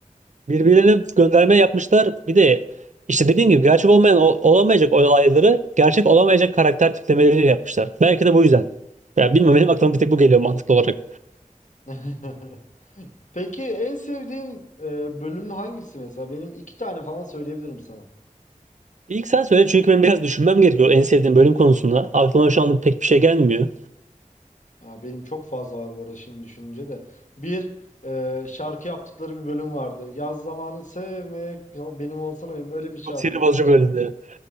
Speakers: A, on the right; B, on the left.
A: Birbirine gönderme yapmışlar. Bir de işte dediğim gibi gerçek olmayan ol- olamayacak olayları gerçek olamayacak karakter tiplemeleri yapmışlar. Belki de bu yüzden. Ya bilmiyorum benim aklıma bir tek bu geliyor mantıklı olarak.
B: <laughs> Peki en sevdiğin e, bölüm hangisi mesela? Benim iki tane falan söyleyebilirim sana.
A: İlk sen söyle çünkü ben biraz düşünmem gerekiyor en sevdiğim bölüm konusunda. Aklıma şu anda pek bir şey gelmiyor.
B: Aa, benim çok fazla var bu arada şimdi düşününce de. Bir e, şarkı yaptıkları bir bölüm vardı. Yaz zamanı sevmek ya benim olsana benim öyle bir şarkı.
A: Çok sinir bozucu bölümdü.